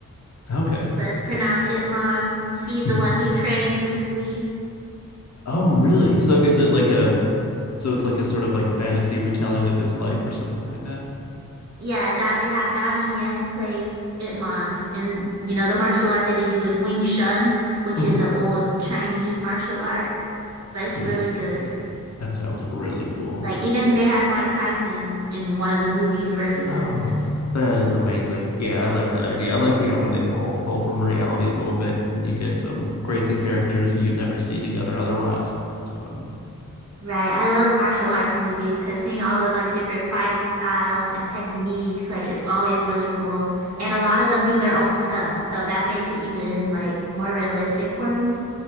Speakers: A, on the left; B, on the right.
A: Okay.
B: but it's pronounced Ip Man. He's
A: <laughs>
B: the one who trained Bruce Lee.
A: Oh, really? So is it like a so it's like a sort of like fantasy retelling of his life or something like that?
B: Yeah, Dot they have Donnie Yen play Ip Man and you know the martial art that they do is Wing Chun, which
A: hmm
B: is an old Chinese martial art, but it's
A: Yeah,
B: really good.
A: that sounds really cool.
B: Like even they had Mike Tyson in one of the movies versus
A: Oh,
B: him.
A: that is amazing. Yeah, I like that idea. I like yeah when they pull pull from reality a little bit and you get some crazy characters who you'd never see together otherwise. That's fun.
B: Right. I love martial arts movies because seeing all those like different fighting styles and techniques, like it's always really cool. And a lot of them do their own stunts, so that makes it even like more realistic for me.